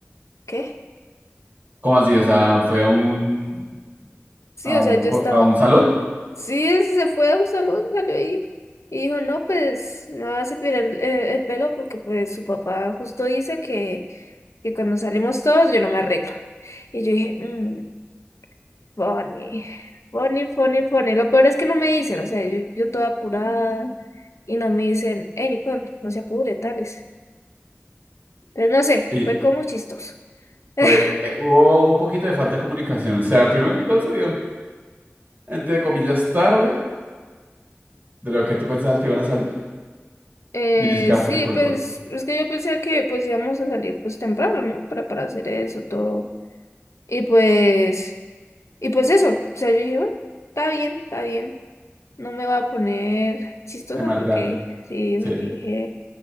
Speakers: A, on the left; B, on the right.
A: ¿qué?
B: ¿Cómo así? O sea, fue a un
A: Sí,
B: a
A: o
B: un
A: sea, yo
B: co-
A: estaba,
B: a un salón
A: sí, se fue a un salón, salió ahí. Y dijo, no, pues no va a cepillar el, eh, el pelo porque pues su papá justo dice que, que cuando salimos todos yo no me arreglo. Y yo dije, "Mm". Funny, funny, funny, funny. Lo peor es que no me dicen, o sea, yo, yo toda apurada y no me dicen, hey, Nicole, no se apure, tales. Pero no sé,
B: y
A: fue como chistoso. <laughs>
B: fue eh, hubo un poquito de falta de comunicación. O sea, primero que todo salieron entre comillas tarde de lo que tú pensabas que iban a salir
A: Eh,
B: y ni siquiera
A: sí,
B: fue tu culpa.
A: pues es que yo pensé que pues íbamos a salir pues temprano, ¿no? Para, para hacer eso todo. Y pues, y pues eso, o sea, yo dije, bueno, está bien, está bien. No me va a poner chistosa
B: En mal
A: porque,
B: plan.
A: sí,
B: Sí.
A: porque dije,